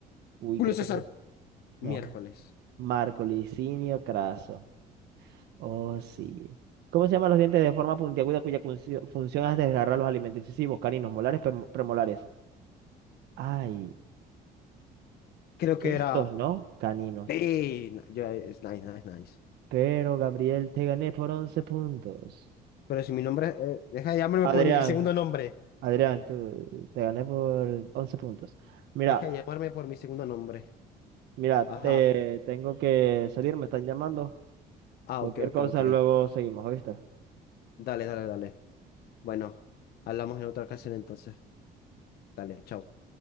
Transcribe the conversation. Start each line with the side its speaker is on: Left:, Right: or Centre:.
Right: Uy,
Left: Julio
Right: creo
Left: César.
Right: que es él. No.
Left: Miércoles.
Right: Marco Licinio Craso. Oh, sí. ¿Cómo se llaman los dientes de forma puntiaguda cuya funcio- función es desgarrar los alimentos incisivos, caninos, molares, prem- premolares? Ay,
Left: Creo
Right: estos
Left: que era.
Right: no, caninos.
Left: Sí, no, yo- es nice, nice, nice.
Right: Pero Gabriel, te gané por 11 puntos.
Left: Pero si mi nombre. eh, deja de llamarme
Right: Adrián,
Left: por mi segundo nombre.
Right: Adrián, tú, te gané por 11 puntos. Mira,
Left: Deja de llamarme por mi segundo nombre.
Right: mira,
Left: Ajá.
Right: te tengo que salir, me están llamando.
Left: Ah,
Right: Cualquier
Left: ok, ok,
Right: cosa,
Left: ok.
Right: luego seguimos, ¿oíste?
Left: Dale, dale, dale. Bueno, hablamos en otra ocasión entonces. Dale, chao.